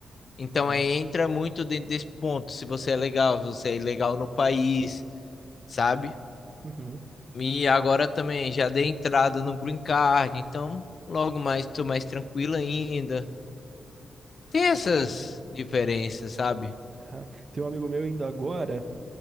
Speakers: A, on the left; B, on the right.
A: Então,
B: Ah,
A: aí entra muito dentro desse ponto, se você é legal, se você é legal no país, sabe?
B: uhum,
A: E agora também já dei entrada no Green Card, então logo mais estou mais tranquilo ainda. Tem
B: pô,
A: essas
B: bacana.
A: diferenças, sabe?
B: Aham. Tem um amigo meu indo agora.